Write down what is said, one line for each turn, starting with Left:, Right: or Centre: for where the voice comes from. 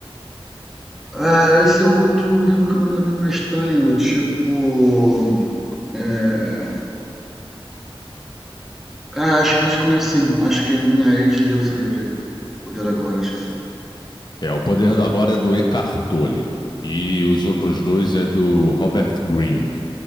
Centre: Ah, esse é outro livro que o nome também não é estranho, do tipo. É... Ah, acho, acho que conheço sim. Acho que minha ex leu esse livro aí. Poder Agora, acho que sim.
Left: É, O Poder do Agora é do Eckhart Tolle e os outros dois é do Robert Greene.